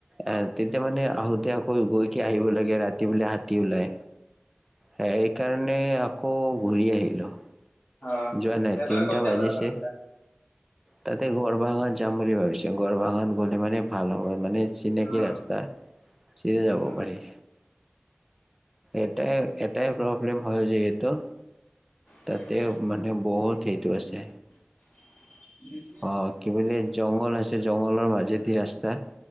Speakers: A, in the centre; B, on the left.
A: আহ, তেতিয়া মানে আহোতে আকৌ গৈ কি আহিব লাগে ৰাতি বোলে হাতী ওলাই। সেইকাৰণে আকৌ ঘূৰি আহিলোঁ।
B: অ,
A: যোৱা নাই
B: এবাৰ
A: তিনটা
B: ক'ত যাবা
A: বাজিছে।
B: ভাবিছা
A: তাতে গৰ্ভাঙত যাম বুলি ভাবিছো, গৰভঙাত গ'লে মানে ভাল হ'ব মানে চিনাকি
B: অ'
A: ৰাস্তা চিধা যাব
B: অ।
A: পাৰি। এটাই-এটাই প্ৰব্লেম হয় যিহেটো তাতে
B: উম
A: মানে বহুত সেইটো আছে।
B: <unintelligible>
A: অ', কি বুলি জংঘল আছে, জংঘলৰ মাজেদি ৰাস্তা।